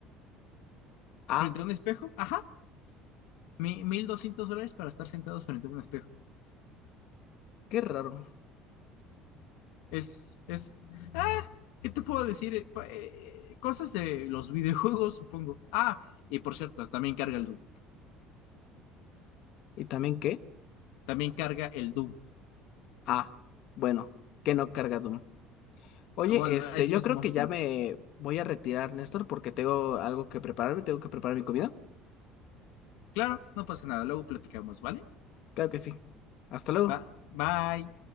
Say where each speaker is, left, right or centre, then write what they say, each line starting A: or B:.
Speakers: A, on the left; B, on the left.
A: Ah,
B: frente a un espejo. Ajá, mi- 1200 dólares para estar sentados frente a un espejo.
A: qué raro.
B: Es, es, ah, ¿qué te puedo decir? Eh, pa- eh, eh, cosas de los <laughs> videojuegos, supongo. Ah, y por cierto, también carga el Doom.
A: ¿Y también qué?
B: También carga el Doom.
A: Ah, bueno, que no carga Doom. Oye,
B: Ah, Bueno,
A: este,
B: ahí tienes
A: yo creo
B: un buen
A: que
B: punto.
A: ya me voy a retirar, Néstor, porque tengo algo que prepararme, tengo que preparar mi comida.
B: Claro, no pasa nada, luego platicamos, ¿vale?
A: Claro que sí. Hasta luego.
B: Va, bye.